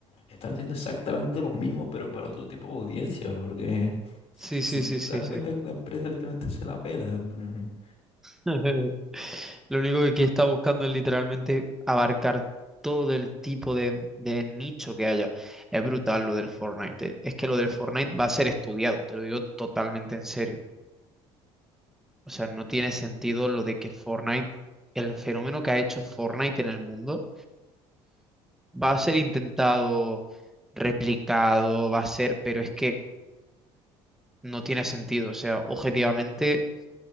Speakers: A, on the left (about 55°); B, in the centre.
A: están haciendo exactamente lo mismo, pero para otro tipo de audiencia, porque <laughs>
B: sí,
A: si
B: sí,
A: te
B: sí, sí,
A: das cuenta
B: sí.
A: que la empresa literalmente se la pela. en plan,
B: <laughs> Lo único que aquí está buscando es literalmente abarcar todo el tipo de, de nicho que haya. Es brutal lo del Fortnite. eh. Es que lo del Fortnite va a ser estudiado, te lo digo totalmente en serio. O sea, no tiene sentido lo de que Fortnite, el fenómeno que ha hecho Fortnite en el mundo, va a ser intentado, replicado, va a ser, pero es que no tiene sentido. O sea, objetivamente